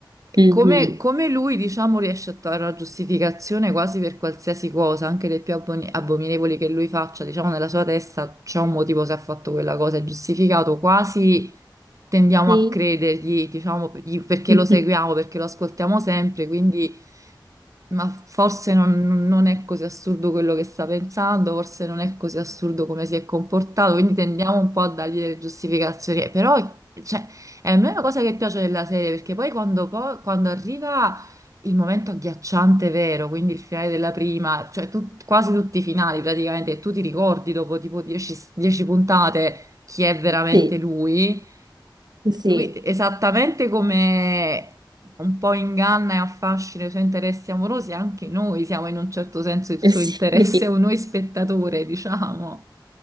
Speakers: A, on the right; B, on the right.
A: Mhm.
B: come, come lui, diciamo, riesce a trovare una giustificazione quasi per qualsiasi cosa, anche le più aboni- abominevoli che lui faccia, diciamo, nella sua testa c'è un motivo se ha fatto quella cosa, è giustificato quasi tendiamo
A: Sì.
B: a credergli, diciamo, gli- perché
A: <laughs>
B: lo seguiamo, perché lo ascoltiamo sempre, quindi, ma forse non, non è così assurdo quello che sta pensando, forse non è così assurdo come si è comportato, quindi tendiamo un po' a dargli delle giustificazioni, Eh, però, cioè, è a me una cosa che piace della serie, perché poi quando, po- quando arriva il momento agghiacciante vero, quindi il finale della prima, cioè tu- quasi tutti i finali praticamente, tu ti ricordi dopo tipo 10 10 puntate chi è veramente
A: Sì,
B: lui.
A: sì,
B: Lui, esattamente come un po' inganna e affascina i suoi interessi amorosi, anche noi siamo in un certo senso il suo
A: sì.
B: interesse, o noi spettatore, diciamo.